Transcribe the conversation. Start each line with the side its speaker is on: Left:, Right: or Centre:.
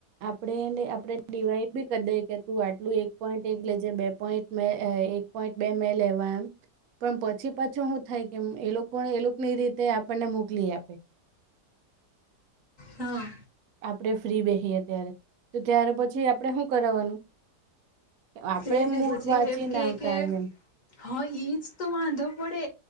Right: આપણેેને આપડણે ડિવાઈડ બી કરી દઈ કે તું આટલું એક પોઈન્ટ એક લેજે બે પોઈન્ટ મે એક પોઈન્ટ બે મે લેવા એમ પણ પછી પાછો શું થાય કે એ લોકો એ લોકો ની રીતે આપણને મોકલી આપે.
Left: હા.
Right: આપડણે ફ્રી બેહીએ ત્યારે તો ત્ય્યારે પછી આપણેે શું કરવાવાનું. આપડે
Left: એજ
Right: એ
Left: ને
Right: મૂળ
Left: પછી
Right: વાંચી
Left: એમ
Right: ના
Left: કે
Right: આવતા
Left: કે
Right: એમ.
Left: હા એજ તો વાંધો પડે